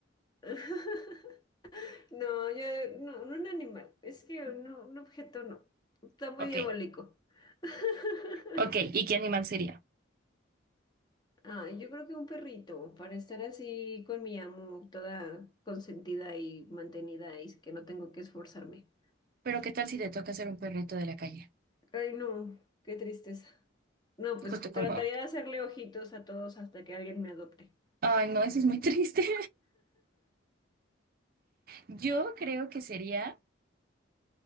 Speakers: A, on the left; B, on the right.
A: <laughs> No, yo no, no un animal. Es que no, un objeto no. Está muy
B: Ok,
A: diabólico. <laughs>
B: ok, ¿y qué animal sería?
A: Ah, yo creo que un perrito, para estar así con mi amo, toda consentida y mantenida y que no tengo que esforzarme.
B: Pero ¿qué tal si te toca ser un perrito de la calle?
A: Ay, no, qué tristeza. No, pues
B: Justo
A: trataría
B: como,
A: de hacerle ojitos a todos hasta que alguien me adopte.
B: ay, no, eso es muy triste. Yo creo que sería,